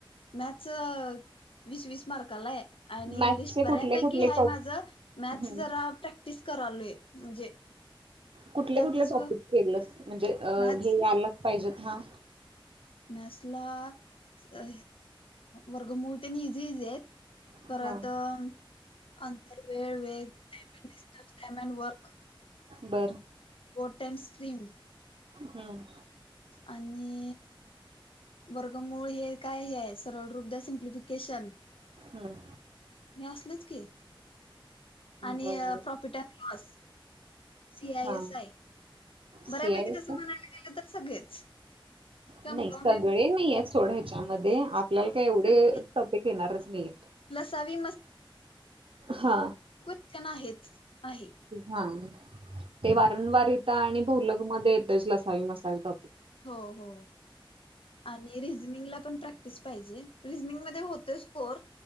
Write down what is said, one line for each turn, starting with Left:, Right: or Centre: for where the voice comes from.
Left: मॅथस वीस वीस मार्कालाय. आणि
Right: मॅथ्सचे
Left: इंग्लिश बऱ्यापैकी
Right: कुठले कुठले
Left: हाय
Right: टॉप
Left: माझ मॅथस
Right: हम्म
Left: जरा प्रॅक्टिस करालोय म्हणजे
Right: कुठले
Left: त्यातच
Right: कुठले टॉपिक केलंस म्हणजे अ
Left: मॅथ्सला
Right: हे आलंच पायजेत हा.
Left: मॅथसला अ वर्गमूळ त्यांन इझी इझी हेत.
Right: हा
Left: परत अंतरवेळ वेद डायमंडस् डिस्टन्स, डायमंड वर्क
Right: बरं.
Left: पोटॅन स्ट्रीम.
Right: हम्म.
Left: आणि. वर्गमूळ हे काय हे आहे सरळ रूप द्या सिम्प्लिफिकेशन.
Right: हम्म.
Left: हे असलेच की. आणि
Right: बर
Left: profit and loss, C I
Right: हा
Left: एस आय. बऱ्यापैकी
Right: सी आय
Left: तसं
Right: का
Left: म्हणायला गेलं तर सगळेच. कंपाऊंड
Right: नाही सगळे नाहीय सोड ह्याच्यामध्ये आ आपल्याला
Left: इंटरेस्ट
Right: काय एवढे टॉपिक येणारच नाही
Left: लसावी
Right: हा.
Left: क्षमा आहेच आहे.
Right: हा ते वारंवार येतं आणि भवलग मध्ये येतच लसावी मसावी टॉपिक.
Left: हो हो. आणि रिजनिंगला पण प्रॅक्टिस पायजे रिजनिंग मध्ये होतोय स्कोअर.